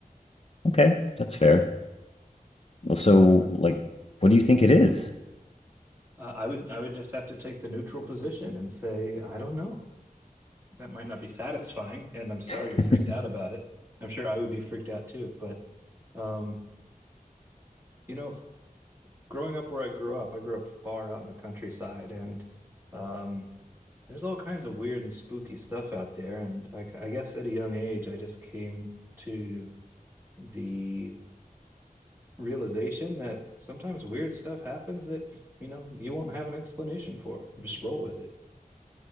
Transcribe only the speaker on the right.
Uh,
I would I would just have to take the neutral position and say, I don't know. That might not be satisfying, and I'm sorry
you're freaked out about it. I'm sure I would be freaked out too. But um, you know, growing up where I grew up, I grew up far out in the countryside, and um, there's all kinds of weird and spooky stuff out there. And I, I guess at a young age, I just came to the realization that sometimes weird stuff happens that, you know, you won't have an explanation for. Just roll with it.